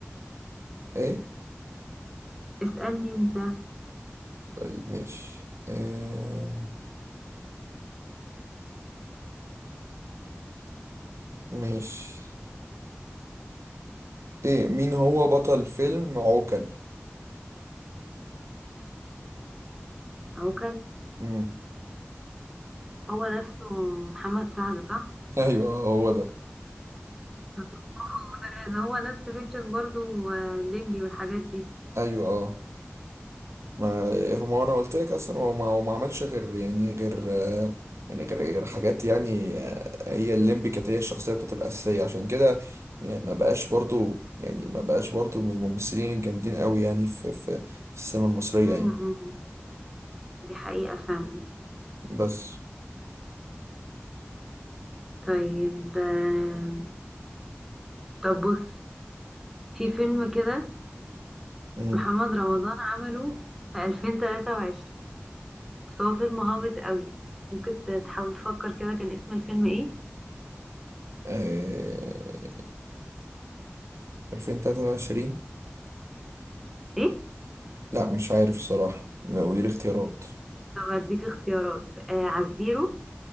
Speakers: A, on the right; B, in the centre.
A: إيه
B: اسألني أنت
A: طيب ماشي آه. ماشي إيه مين هو بطل فيلم عوكل
B: عوكل
A: مم. <laughs>
B: هو نفسه محمد سعد صح؟
A: أيوه آه، هو ده
B: <laughs> ده هو نفس فكرة برضو آه، الليمبي والحاجات دي
A: أيوه آه ما هو انا قلت لك اصلا هو ما هو ما عملش غير يعني غير آه، يعني غير غير حاجات يعني آه، هي الليمبي كانت هي الشخصيه بتاعته الاساسيه عشان كده يعني ما بقاش برضو يعني ما بقاش برضو من الممثلين الجامدين قوي يعني في في في السينما المصريه يعني
B: م- م. دي حقيقة فعلا
A: بس
B: طيب آه، طب بص في فيلم كده
A: امم
B: محمد رمضان عمله في 2023 بس هو فيلم هابط قوي ممكن ت- تحاول تفكر كده كان اسم الفيلم ايه
A: آه 2023
B: ايه
A: لا مش عارف الصراحه قولي لي اختيارات
B: طب اديك اختيارات آه عزيرو